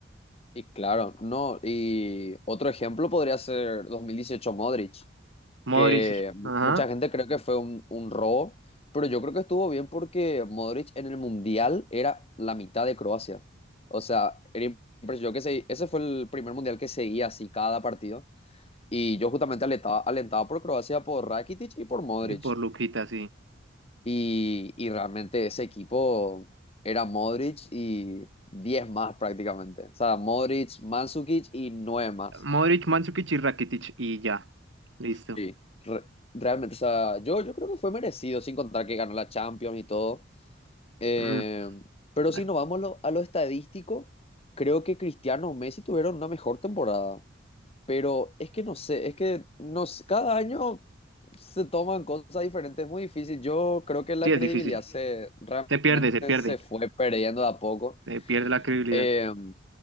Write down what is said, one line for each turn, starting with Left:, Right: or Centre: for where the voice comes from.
Left: Y claro, no. Y otro ejemplo podría ser 2018 Modric,
Right: Modric,
Left: que
Right: ajá.
Left: mucha gente cree que fue un, un robo, pero yo creo que estuvo bien porque Modric en el Mundial era la mitad de Croacia. O sea, era impresionante. Yo que se- ese fue el primer Mundial que seguía así cada partido. Y yo justamente alentaba, alentaba por Croacia, por Rakitic y por Modric.
Right: Y por Luquita, sí.
Left: Y, y realmente ese equipo era Modric y 10 más prácticamente. O sea, Modric, Mandzukic y 9 más.
Right: Modric, Mandzukic y Rakitic y ya. Listo.
Left: Sí. Re- realmente, o sea, yo, yo creo que fue merecido, sin contar que ganó la Champions y todo. Eh,
Right: Mm,
Left: pero
Right: ah,
Left: si nos vamos a lo- a lo estadístico, creo que Cristiano o Messi tuvieron una mejor temporada. Pero es que no sé, es que no sé, cada año se toman cosas diferentes, es muy difícil. Yo creo que la
Right: Sí, es
Left: credibilidad
Right: difícil.
Left: se realmente
Right: Se pierde, se pierde.
Left: se fue perdiendo de a poco.
Right: Se pierde la credibilidad.
Left: Eh,